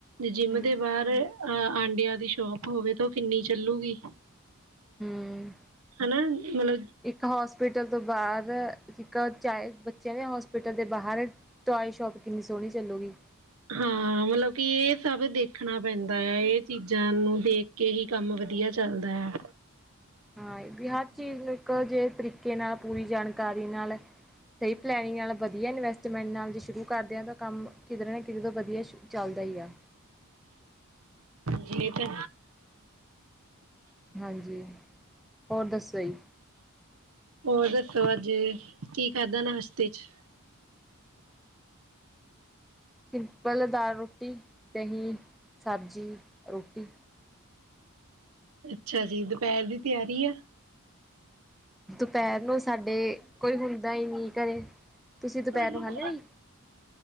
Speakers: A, on the right; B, in the centre.
A: ਜਿੰਮ
B: ਹੂੰ
A: ਦੇ ਬਾਹਰ ਅ ਆਂਡਿਆਂ ਦੀ ਸ਼ੋਪ ਹੋਵੇ ਤਾਂ ਓ ਕਿੰਨੀ ਚੱਲੂਗੀ।
B: ਹੂੰ
A: ਹਨਾ ਮਤਲਬ
B: ਇੱਕ ਹੋਸਪਿਟਲ ਤੋਂ ਬਾਰ ਇੱਕ ਚਾਏ ਬੱਚਿਆਂ ਦੇ ਹੋਸਪਿਟਲ ਦੇ ਬਾਹਰ ਟੋਆਏ ਸ਼ੋਪ ਕਿੰਨੀ ਸੋਹਣੀ ਚੱਲੂਗੀ।
A: ਹਾਂ। ਮਤਲਬ ਕਿ ਏ ਸਭ ਦੇਖਣਾ ਪੈਂਦਾ ਆ ਏ ਚੀਜ਼ਾਂ ਨੂੰ ਦੇਖ ਕੇ ਹੀ ਕੰਮ ਵਧੀਆ ਚੱਲਦਾ ਆ।
B: ਹਾਂ ਏ ਵੀ ਹਰ ਚੀਜ਼ ਨੂੰ ਇੱਕੋ ਜੇ ਤਰੀਕੇ ਨਾਲ, ਪੂਰੀ ਜਾਣਕਾਰੀ ਨਾਲ ਸਹੀ ਪਲੈਨਿੰਗ ਨਾਲ, ਵਧੀਆ ਇਨਵੈਸਟਮੈਂਟ ਨਾਲ ਜੇ ਸ਼ੁਰੂ ਕਰਦੇ ਹਾਂ, ਤਾਂ ਕੰਮ ਕਿਧਰ ਨਾ ਕਿਧਤੇ ਤੋਂ ਵਧੀਆ ਸ਼ ਚੱਲਦਾ ਹੀ ਆ।
A: ਜੀ ਤੇ
B: ਹਾਂਜੀ, ਹੋਰ ਦੱਸੋ ਜੀ?
A: ਹੋਰ ਦੱਸੋ, ਅੱਜ ਕੀ ਖਾਦਾ ਨਾਸ਼ਤੇ 'ਚ?
B: ਸਿੰਪਲ ਦਾਲ ਰੋਟੀ, ਦਹੀਂ, ਸਬਜ਼ੀ, ਰੋਟੀ।
A: ਅੱਛਾ ਜੀ, ਦੁਪਹਿਰ ਦੀ ਤਿਆਰੀ ਆ?
B: ਦੁਪਹਿਰ ਨੂੰ ਸਾਡੇ, ਕੋਈ ਹੁੰਦਾ ਹੀ ਨਹੀਂ ਘਰੇ। ਤੁਸੀਂ ਦੁਪਹਿਰ
A: ਹਮ।
B: ਨੂੰ ਖਾਂਦੇ ਹੋ ਜੀ